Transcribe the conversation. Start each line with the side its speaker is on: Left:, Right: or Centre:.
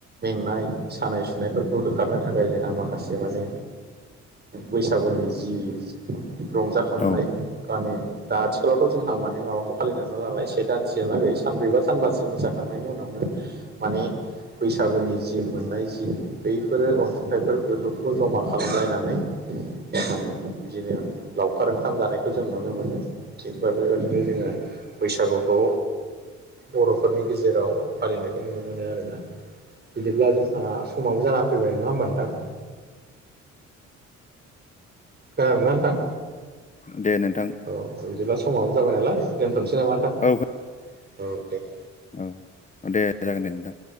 Right: नाय सानाय सुनायफोरखौ होखारनो थाखाय जोंहा माखासे माने बैसागुनि जि रंजाखांनाय
Left: औ
Right: माने दा आथिखालावथ' जोंहा माने माबाखौ फालिनानैबो नालाय से दानसेलागै सानब्रैबा सानबासो मोसाखांनायनि उनावनो माने बैसागुनि जि जि मोननाय जि बैफोरो अनसुंथाइफोर बेफोरखौ जमा खालामलायनानै <inaudible> बिदिनो लावखार ओंखाम जानायखौ जों नुनो मोनो थिग बे बेबायदिनो जोङो बैसागुखौ बर'फोरनि गेजेराव फालिनायखौ नुनो मोनो आरोना बिदिब्ला जोंहा समाबो जाना फैबाय नङा होमबा नोंथां खोनादों ना नोंथां
Left: दे नोंथां
Right: औ बिदिब्ला समाबो जाबाय नालाय दोनथ'नोसै नामा नोंथां
Left: औ
Right: औ दे
Left: औ दे दे जागोन दे नोंथां